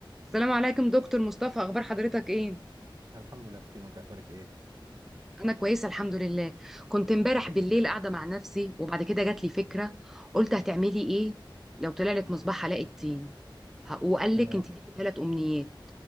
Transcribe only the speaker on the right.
الحمد لله فاطمة انت اخبارك ايه
يا رب
دايما
تمام